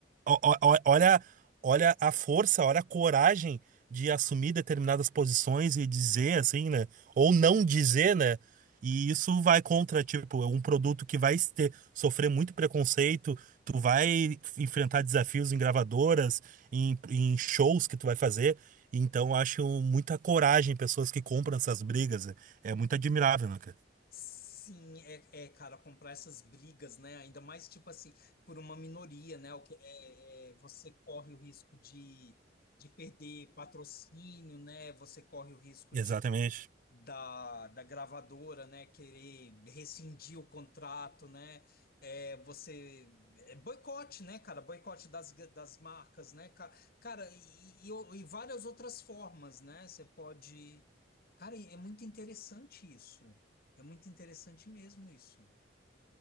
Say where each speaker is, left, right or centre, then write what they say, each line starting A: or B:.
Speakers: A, on the right; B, on the left.
A: o- o- o- olha, olha a força, olha a coragem de assumir determinadas posições e dizer assim, né? Ou não dizer, né? E isso vai contra, tipo, é um produto que vai ter, sofrer muito preconceito, tu vai enfrentar desafios em gravadoras, em, em shows que tu vai fazer. Então, eu acho muita coragem em pessoas que compram essas brigas. né? É muito admirável, né, cara?
B: Sim, é, é, cara, comprar essas brigas, né? Ainda mais, tipo assim, por uma minoria, né? O que é, é, você corre o risco de, de perder patrocínio, né? Você corre o risco
A: Exatamente.
B: da, da gravadora, né, querer rescindir o contrato, né, é, você, é boicote, né, cara, boicote das, das marcas, né, ca- cara, e, e, o- e várias outras formas, né, você pode, cara, é muito interessante isso, é muito interessante mesmo isso.